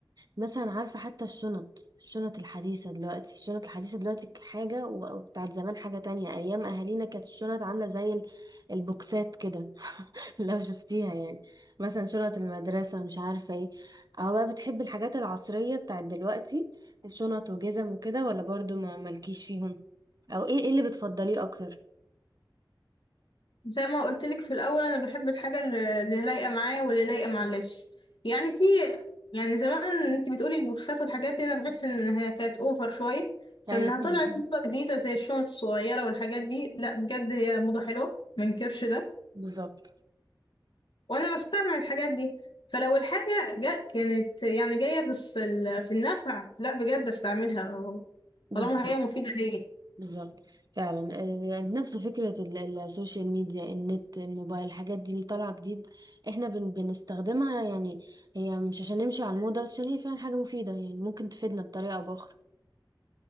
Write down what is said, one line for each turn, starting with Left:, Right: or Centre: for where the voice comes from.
Right: مثلا عارفة حتى الشنط الشنط الحديثة دلوقتي الشنط الحديثة دلوقتي حاجة و- وبتاعت زمان حاجة تانية أيام أهالينا كانت الشنط عاملة زي ال- البوكسات كده لو شفتيها يعني مثلا شنط المدرسة مش عارفة ايه او بقى بتحب الحاجات العصرية بتاعت دلوقتي الشنط وجزم وكده ولا برضو ما مالكيش فيهم او ايه ايه اللي بتفضليه اكتر
Left: زي ما قلت لك في الأول أنا بحب الحاجة اللي اللي لايقة معايا واللي لايقة مع اللبس يعني في يعني زمان أنت بتقولي البوكسات والحاجات دي أنا بحس إنها كانت أوفر شوية فإنها
Right: ايوه <laughs>
Left: طلعت موضة جديدة زي الشنط الصغيرة والحاجات دي لا بجد هي موضة حلوة منكرش ده
Right: بالظبط
Left: وأنا بستعمل الحاجات دي فلو الحاجة جا كانت يعني جاية في الس- في النفع لا بجد استعملها
Right: بالظبط
Left: طالما هي مفيدة ليا
Right: بالظبط فعلا آه، نفس فكرة ال- السوشيال ميديا النت الموبايل الحاجات دي اللي طالعة جديد احنا بن بنستخدمها يعني هي مش عشان نمشي على الموضة بس عشان هي فعلا حاجة مفيدة يعني ممكن تفيدنا بطريقة او باخرى